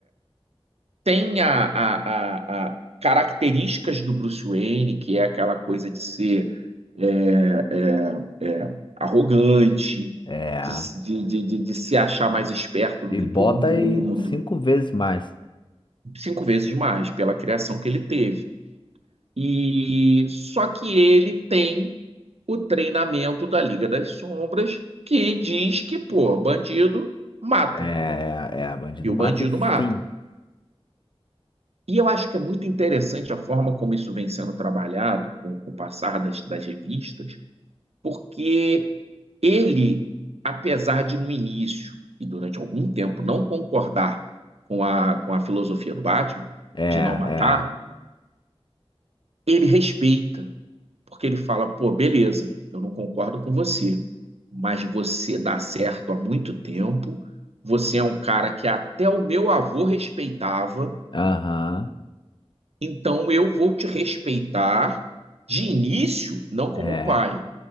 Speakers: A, on the right; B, on the left.
A: tem a, a- a- a- características do Bruce Wayne, que é aquela coisa de ser é, é, é, arrogante,
B: é.
A: de, de, de, de- de se achar mais esperto do
B: E
A: que
B: bota
A: todo mundo,
B: aí cinco vezes mais.
A: cinco vezes mais pela criação que ele teve. E só que ele tem o treinamento da Liga das Sombras, que diz que, pô, bandido mata,
B: É, é, bandido
A: e o
B: mata
A: bandido
B: e
A: mata.
B: fim.
A: E eu acho que é muito interessante a forma como isso vem sendo trabalhado com, com o passar das, das revistas, porque ele, apesar de no início e durante algum tempo não concordar com a, com a filosofia do Batman,
B: É, é,
A: de não matar, ele respeita, porque ele fala: pô, beleza, eu não concordo com você, mas você dá certo há muito tempo, você é um cara que até o meu avô respeitava
B: aham,
A: Então eu vou te respeitar de início, não como
B: é,
A: pai,